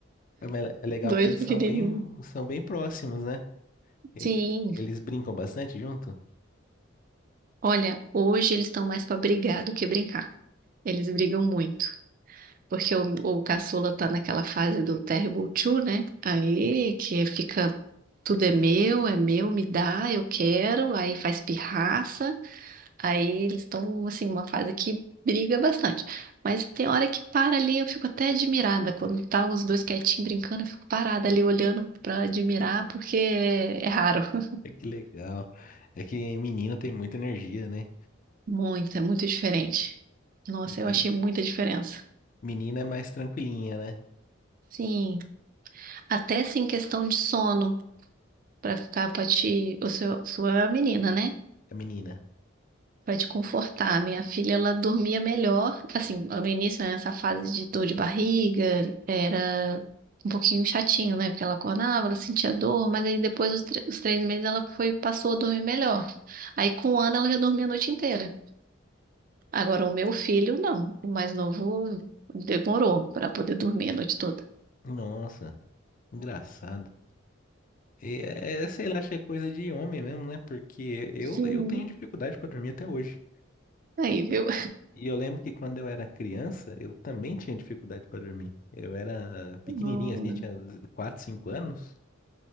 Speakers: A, on the left; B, on the right.
A: É mas é legal
B: Dois
A: que eles
B: pequenininhos.
A: são bem, são bem próximos, né? Ele-
B: Sim.
A: Eles brincam bastante junto?
B: Olha, hoje eles estão mais para brigar do que brincar. Eles brigam muito. Porque o, o caçula tá naquela fase do Terrible Two, né? Aí que fica Tudo é meu, é meu, me dá, eu quero, aí faz pirraça, aí eles estão, assim, uma fase que briga bastante. Mas tem hora que para ali, eu fico até admirada. Quando tá os dois quietinhos brincando, eu fico parada ali olhando pra admirar, porque é, é raro. <laughs>
A: É que legal. É que menino tem muita energia, né?
B: Muito, é muito diferente. Nossa,
A: Me-
B: eu achei muita diferença.
A: Menina é mais tranquilinha, né?
B: Sim, até assim, questão de sono, pra ficar pra ti, o seu, sua menina, né?
A: A menina.
B: Pra te confortar. Minha filha, ela dormia melhor. Assim, no início, né, essa fase de dor de barriga era um pouquinho chatinho, né? Porque ela acordava, ela sentia dor, mas aí depois dos tre- os três meses ela foi, passou a dormir melhor. Aí com um ano ela já dormia a noite inteira. Agora o meu filho, não. O mais novo demorou pra poder dormir a noite toda.
A: Nossa, engraçado. E é, sei lá, acho que é coisa de homem mesmo, né? Porque eu,
B: Sim.
A: eu tenho dificuldade pra dormir até hoje.
B: Aí, viu?
A: E, e eu lembro que quando eu era criança, eu também tinha dificuldade pra dormir. Eu era pequenininho,
B: Hum,
A: assim, tinha 4, 5 anos.